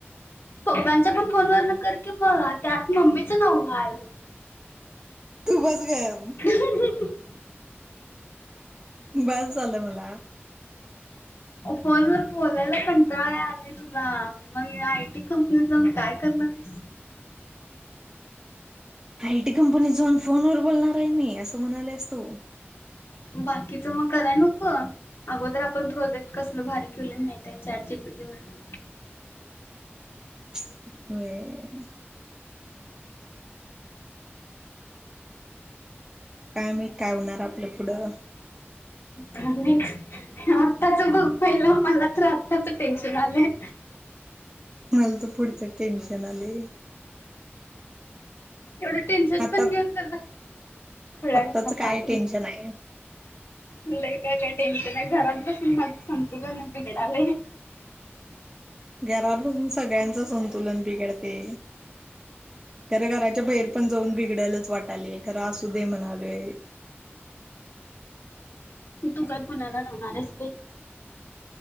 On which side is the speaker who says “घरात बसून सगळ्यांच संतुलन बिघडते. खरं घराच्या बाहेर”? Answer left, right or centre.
Right